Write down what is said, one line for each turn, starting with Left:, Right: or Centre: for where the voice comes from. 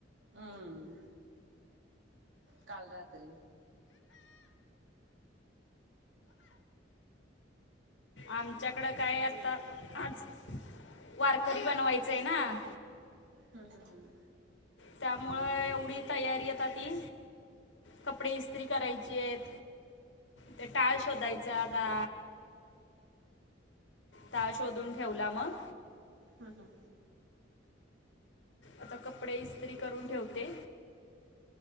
Right: हम्म. काल रात्री.
Left: आमच्याकडं काय आत्ता, आज वारकरी बनवायचंय ना?
Right: हं. हं. हं.
Left: त्यामुळं एवढी तयारी आता ती, कपडे इस्त्री करायचीएत. ते टाळ शोधायचा आता. टाळ शोधून ठेवला मग?
Right: हम. हम.
Left: आता कपडे इस्त्री करून ठेवते.